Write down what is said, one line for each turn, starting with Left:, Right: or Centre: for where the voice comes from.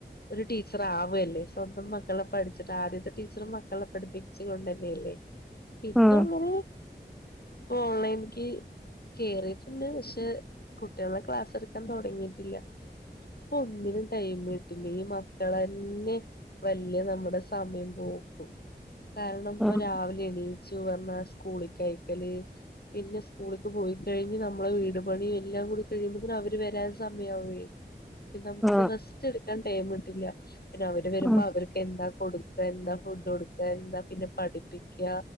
Left: ഒരു ടീച്ചർ ആവല്ലേ സ്വന്തം മക്കളെ പഠിച്ചിട്ട് ആദ്യം ടീച്ചറും മക്കളെ പഠിപ്പിച്ച് കൊണ്ടന്നെയല്ലേ പിന്നെ
Centre: ഉം
Left: അങ്ങനെ ഓൺലൈൻക്ക് കേറിട്ട്ണ്ട് പഷേ കുട്ടികളെ ക്ലാസ് എടുക്കാൻ തൊടങ്ങിട്ടില്ല ഇപ്പം ഒന്നിനും ടൈം കിട്ടില്ലേ ഈ മക്കള തന്നെ വല്യ നമ്മടെ സമയം പൊക്കും കാരണം ഇപ്പ
Centre: ഉം
Left: രാവിലെ എണീച്ചു വന്നാൽ സ്കൂളി ക്കയ്ക്കല് പിന്നെ സ്കൂളിക്ക്‌ പോയി കഴിഞ്ഞ് നമ്മള് വീട് പണിയും എല്ലാം കൂടി കഴിയുമ്പോ അവര് വ രാൻ. സമയവൂലെ പിന്നെ നമുക്കൊന്ന്
Centre: ഉം
Left: റെസ്റ്റ് എടുക്കാൻ ടൈം കിട്ടില്ല പിന്നെ അവര് വരുമ്പോ
Centre: ഉം ഉം
Left: അവർക്ക് എന്താ കൊടു എന്താ ഫുഡ് കൊടുക്ക എന്താപിന്നെ പഠിപ്പിക്ക